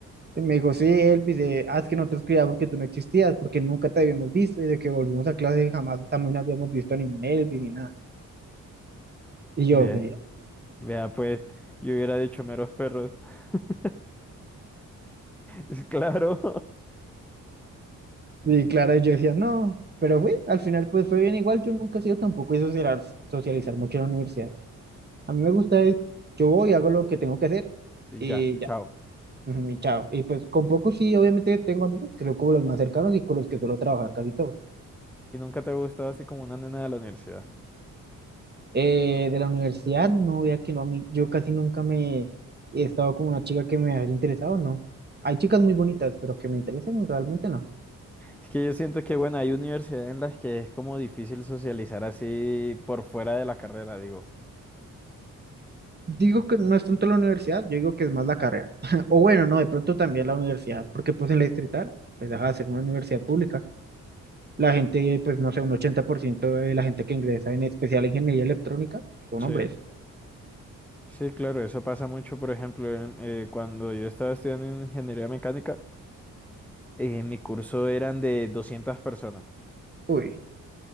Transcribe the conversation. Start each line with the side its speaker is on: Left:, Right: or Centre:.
Right: Y me dijo, sí, Elvis, eh, ah, es que nosotros creíamos que tú no existías porque nunca te habíamos visto y de que volvimos a clase jamás también habíamos visto a ningún Elvis ni nada. Y yo,
Centre: Ve,
Right: ve,
Centre: vea pues, yo hubiera dicho meros perros. <laughs> Es claro.
Right: y
Centre: <laughs>
Right: claro, yo decía, no, pero fue, al final pues fue bien igual, yo nunca he sido tampoco de socializar, socializar mucho en la universidad. A mí me gusta es, yo voy, hago lo que tengo que hacer
Centre: Y
Right: y
Centre: ya,
Right: ya,
Centre: chao.
Right: ujú, y chao. Y pues con pocos sí, obviamente tengo amigos que son como los más cercanos y con los que suelo trabajar casi todo.
Centre: Y nunca te ha gustado así como una nena de la universidad.
Right: Eh, de la universidad, no, vea que no, a mí, yo casi nunca me he estado con una chica que me haya interesado, no. Hay chicas muy bonitas, pero que me interesen realmente no.
Centre: Es que yo siento que, bueno, hay universidades en las que es como difícil socializar así por fuera de la carrera, digo.
Right: Digo que no es tanto la universidad, yo digo que es más la carrera. <laughs> O bueno, no, de pronto también la universidad, porque pues en la distrital, pues deja de ser una universidad pública. La gente, pues no sé, un 80% de la gente que ingresa en especial ingeniería electrónica son
Centre: Sí.
Right: hombres.
Centre: Sí, claro, eso pasa mucho, por ejemplo, en- eh, cuando yo estaba estudiando ingeniería mecánica, eh, mi curso eran de 200 personas
Right: Uy,